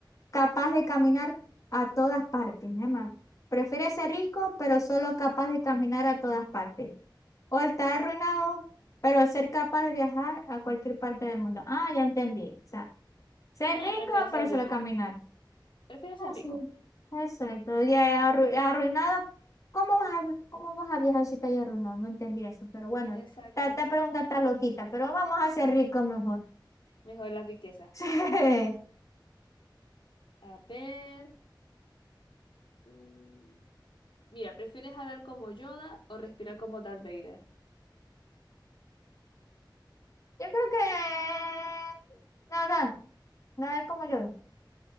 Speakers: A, on the left; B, on the left.
A: capaz de caminar a todas partes? Mi mamá. ¿Prefieres ser rico, pero solo capaz de caminar a todas partes? ¿O estar arruinado, pero ser capaz de viajar a cualquier parte del mundo? Ah, ya entendí. O sea, ser
B: Ah,
A: rico,
B: prefiero ser
A: pero solo
B: rico.
A: caminar.
B: Prefiero ser
A: Ah,
B: rico.
A: sí. Exacto. Y arru- arruinado. ¿Cómo vas a, vi- cómo vas a viajar si estás arruinado? No entendí eso, pero bueno,
B: Exacto.
A: esta, esta pregunta está loquita, pero vamos a ser ricos mejor.
B: Mejor la riqueza.
A: <laughs> Sí.
B: A ver. mm, Mira, ¿prefieres hablar como Yoda o respirar como Darth Vader?
A: Yo creo que nadar, nadar como yo.